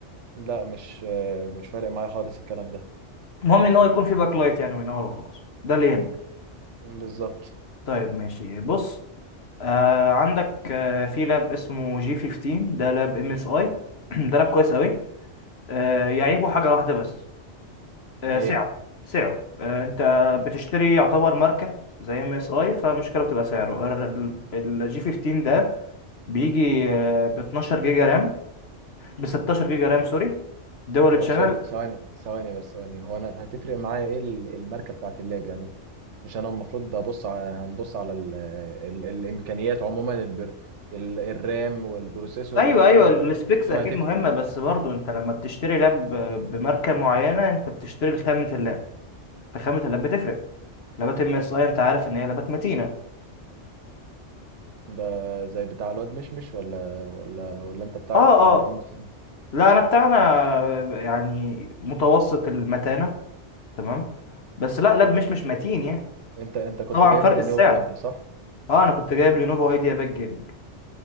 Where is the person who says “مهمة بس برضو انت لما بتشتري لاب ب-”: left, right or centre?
Left